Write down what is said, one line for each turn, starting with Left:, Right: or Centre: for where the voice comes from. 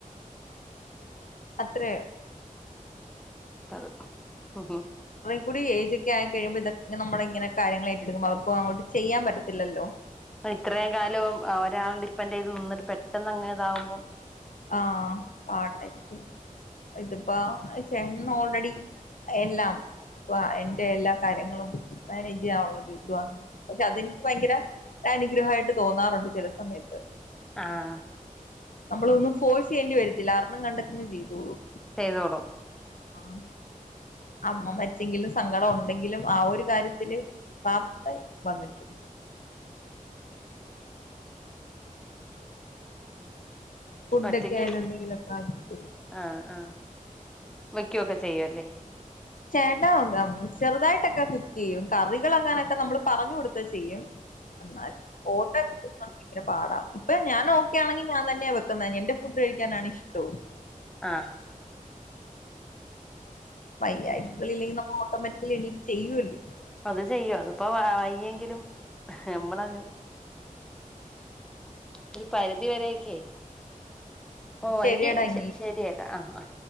Left: അത്രയോ
Centre: അതെ ഉം ഉം
Left: കെറേ എയ്ജ്ക്കായി കഴുമ്പോ ഇതൊ നമ്മള്. ഇങ്ങനെ കാര്യങ്ങള് ഏറ്റടുക്കുംമ്പോള് അവക്കും അങ്ങോട്ട് ചെയാൻ പറ്റത്തില്ലല്ലോ
Centre: ഇത്രേയും കാലം ഒരാളെ ഡിപ്പെൻഡറ് ചെയ്ത് നിന്നിട്ട് പെട്ടെന്ന് അങ്ങനെ ഇതാവുമ്പോ
Left: ആ പാട്ട് ക്ക് ഇത്പ്പോ ചെട്ടന്ന് ഓൾറെഡി എല്ലാം അപ്പ എന്റെ എല്ലാ കാര്യങ്ങളും മാനേജ് ചെയ്യാനുള്ളത് വ - പക്ഷെ അതെനിക്ക് ഭയങ്കര അനുഗ്രഹയിട്ട് തോന്നാറുണ്ട് ചെല സമയത്ത്
Centre: ആഹ്
Left: നമ്മളൊന്നും ഫോഴ്സ് ചെയ്യേണ്ടി വരത്തില്ല അർണം കണ്ടെക്കോ ചെയ്തേള്ളും
Centre: ചെയ്തോള്ളും
Left: ആ അമ്മ മരിച്ചെങ്കിലും സങ്കടം ഉണ്ടെങ്കിലും ആ ഒരു കാര്യത്തില് പാപ്തെയാ യ് വന്നിട്ടുണ്ട് <inaudible> ഫുഡൊക്കെ
Centre: ഒറ്റയ്ക്ക്
Left: ആയാലും എന്തെങ്കിലുമൊക്കെ ആക്കി
Centre: ആ ആ വെക്കുക്കെ ചെയ്യുല്ലേ
Left: ചേട്ടാ ചെറുതായിട്ടൊക്കെ കുക്ക് ചെയ്യും കറികളാങ്ങാനൊക്കെ നമ്മള് പറഞ്ഞു കൊടുത്ത് ചെയ്യും എന്നാ ഓട്ട <unintelligible> ഇങ്ങന പാടാ ഇപ്പോ ഞാൻ ഓക്കയാണെങ്കിൽ ഞാൻ തന്നെ വെക്കുന്നെ എന്റെ ഫുഡ് കഴിക്കാനാണ് ഇഷ്ടവും
Centre: ആഹ
Left: വയ്യായികള്
Centre: അങ്ങനെ
Left: ഇല്ലെങ്കിൽ നമ്മള് ഓട്ടോമാറ്റിക്കലി എണീട്ട് ചെയ്യുല്ലോ
Centre: അത് ചെയ്യോ അതിപ്പോ വ വയ്യെങ്കിലും നമ്മളങ്ങ് ഒരു പരിധി വരെക്കേ ഓ
Left: ശരിയടാ
Centre: എങ്കിൽ
Left: എങ്കി
Centre: ശരിയട്ടാ ആഹ ആ